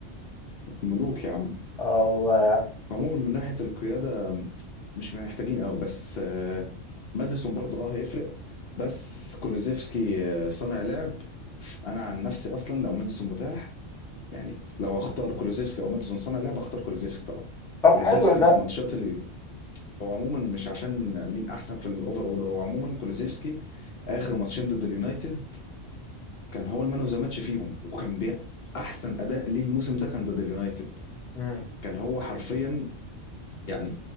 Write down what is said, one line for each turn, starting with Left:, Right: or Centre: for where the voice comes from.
Left: ملوك يا عم
Centre: اه والله يا عم
Left: عموما من ناحية القيادة مش محتاجين قوي بس آه ماديسون برضو اه هيفرق بس كولوزيفسكي آه، صانع لعب انا عن نفسي اصلا لو ماديسون متاح يعني لو اختار كولوزيفسكي او ماديسون صانع لعب اختار كولوزيفسكي طبعا
Centre: طب
Left: كولوزيفسكي
Centre: حلو ده
Left: في ماتشات اللي هو عموما مش عشان مين احسن في الاوفر اول هو عموما كولوزيفسكي اخر ماتشين ضد اليونايتد كان هو المان اوف ذا ماتش فيهم وكان بيع احسن اداء ليه الموسم ده كان ضد اليونايتد
Centre: امم
Left: كان هو حرفيا يعني